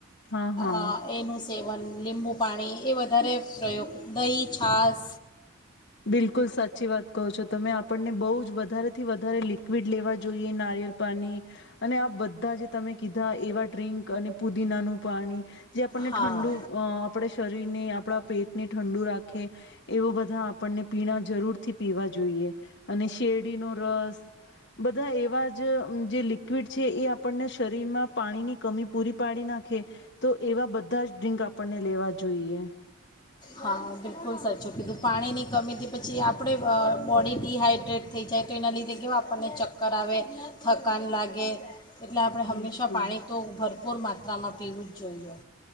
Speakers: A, on the left (about 55°); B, on the left (about 20°).
A: હા હા
B: આ એનું સેવન, લીંબુ પાણી એ વધારે પ્રયોગ, દહીં છાસ.
A: બિલકુલ સચ છી વાત કરો છો તમે આપણને બહુજ વધારે થી વધારે લિક્વિડ લેવા જોઈએ નારિયેલ પાણી અને આ બધા જે તમે કીધા એવા ડ્ર્રીંક અને પુદીનાનું પાણી જે આપણને
B: હા
A: ઠંડુ આહ આપણે શરીરને આપણા પેટને ઠંડુ રાખ કે એવું બ પણને પીણા જરૂર થી પીવા જોઈએ. અને શેરડીનો રસ બધા એવા જ જે લિક્વિડ છે એ આપણને શરીરમાં પાણીની કમી પૂરી પાડી નાખે તો એવા બધા જ ડ્રિંક આપણને લેવા જોઈએ.
B: હા, બિલકુલ સાચું કીધું. પાણીની કમીથી પછી આપણે આહ બોડી ડીહાઈડ્રેટ થઈ જાય તો એના લીધે કેવા આપણને ચક્કર આવે થકાન લાગે. એટલે આપણે હંમેશા
A: બિલકુલ
B: પાણી તો ભર પૂર માત્રામાં પીવું જ જોઈએ.